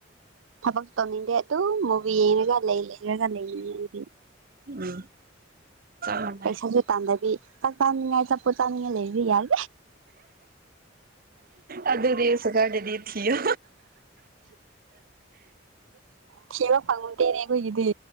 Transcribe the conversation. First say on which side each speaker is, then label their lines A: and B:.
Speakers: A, on the right (about 85°); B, on the right (about 50°).
A: ꯊꯕꯛ ꯇꯧꯅꯤꯡꯗꯦ ꯑꯗꯨꯝ ꯃꯨꯕꯤ ꯌꯦꯡꯉꯒ ꯂꯩ ꯂꯩꯔꯒ ꯂꯩꯅꯤꯡꯉꯦ ꯑꯩꯗꯤ
B: ꯎꯝ ꯆꯞ ꯃꯥꯟꯅꯩ
A: ꯄꯩꯁꯥꯁꯨ ꯇꯥꯟꯗꯕꯤ ꯆꯥꯛ ꯆꯥꯅꯤꯉꯥꯏ ꯑꯆꯥ ꯄꯣꯠ ꯆꯥꯅꯤꯡꯉꯥꯏ ꯂꯩꯕꯗꯤ ꯌꯥꯏ
B: ꯑꯗꯨ ꯑꯗꯨꯗꯤ ꯁꯇꯔꯇꯦꯗꯤ ꯊꯤꯌꯣ
A: ꯊꯤꯕ ꯐꯪꯗꯦꯅꯦ ꯑꯩꯈꯣꯏꯒꯤꯗꯤ